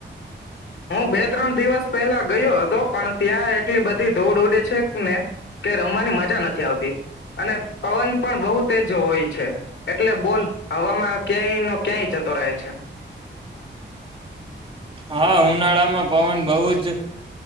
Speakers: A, on the left; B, on the right.
A: બે ત્રણ દિવસ પહેલા ગયો હતો પણ ત્યાં એટલી બધી ધૂડ ઉડે છે ને કે રમવાની મજા નથી આવતી અને પવન પણ બહુ તેજ હોય છે એટલે બોલ હવામાં ક્યાંય નો ક્યાંય જતો રહે છે
B: હા ઉનાળામાં પવન બહ જ